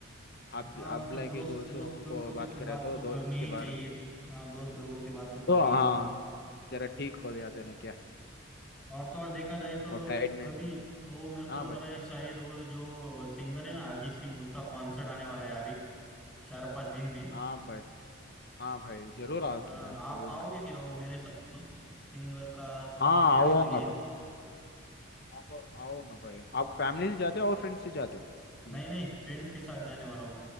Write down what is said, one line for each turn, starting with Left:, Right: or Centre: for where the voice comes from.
Left: अब
Centre: हाँ मतलब
Left: अब लेके
Centre: दोस्त
Left: जो सो
Centre: दोस्त
Left: उनको
Centre: लोगों से
Left: बात
Centre: तो
Left: करे
Centre: बात
Left: तो
Centre: तो
Left: दोस्त
Centre: करनी
Left: के
Centre: ही चाहिए
Left: बारे में
Centre: हाँ दोस्त लोगों से बात तो करनी
Left: तो हाँ
Centre: ही चाहिए
Left: जरा ठीक हो जाते ना क्या
Centre: और तो और देखा जाए तो
Left: और टायर्डनेस
Centre: कभी
Left: दिखे
Centre: वो मेरे को
Left: हाँ
Centre: लग
Left: भाई
Centre: रहा है शायद वो जो सिंगर है ना अरिजीत सिंह उसका कॉन्सर्ट आने वाला है अभी चार पांच दिन में
Left: हाँ भाई हाँ भाई जरूर आओ
Centre: अ,
Left: तुम
Centre: आप
Left: भाई जरूर
Centre: आओगे
Left: आएंगे
Centre: क्या वो मेरे सब सिंगर का सॉन्ग
Left: हाँ
Centre: सुनने
Left: आऊंगा
Centre: के लिए
Left: आप आओगे भाई आप फैमिली से जाते हो और फ्रेंड्स से जाते हो सुनने
Centre: नहीं
Left: के
Centre: नहीं
Left: लिए
Centre: फ्रेंड्स के साथ जाने वाला हो